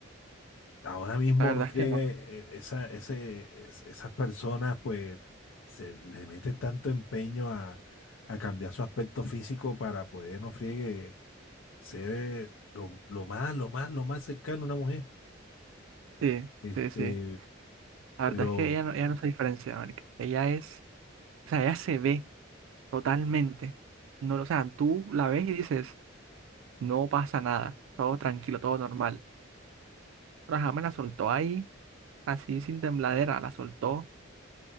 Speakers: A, on the left (about 75°); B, on the right (about 80°).
A: Ahora mismo
B: la verdad
A: no friegue,
B: es que no.
A: eh, esa, ese, es- esas personas pues se le meten tanto empeño a, a cambiar su aspecto físico para poder no friegue ser eh, lo, lo más, lo más, lo más cercano a una mujer.
B: Sí,
A: Este,
B: sí, sí. La
A: pero,
B: verdad es que ella no, ella no se diferencia, marica. Ella es, o sea, ella se ve totalmente. No, o sea, tú la ves y dices, No pasa nada, todo tranquilo, todo normal. Pero ajá, me la soltó ahí, así sin tembladera, la soltó.